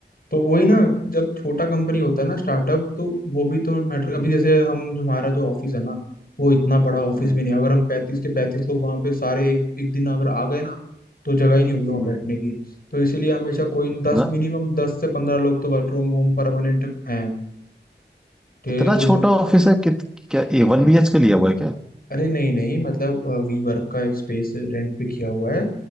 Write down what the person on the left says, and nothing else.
तो वही ना जब छोटा कंपनी होता है ना स्टार्टअप तो वो भी तो मैटर
अभी जैसे हम जो हमारा जो ऑफिस है ना वो इतना बड़ा ऑफिस
भी नहीं है। अगर हम पैंतीस के पैंतीस लोग वहां पे सारे एक एक दिन अगर आ गए ना तो जगह ही नहीं होगी वहां
बैठने की तो इसीलिए हमेशा कोई
दस मिनिमम दस से पंद्रह लोग तो वर्क फ्रॉम होम परमानेंट हैं ये
जो
अरे नहीं नहीं मतलब वी वर्क का एक स्पेस रेंट पे किया हुआ है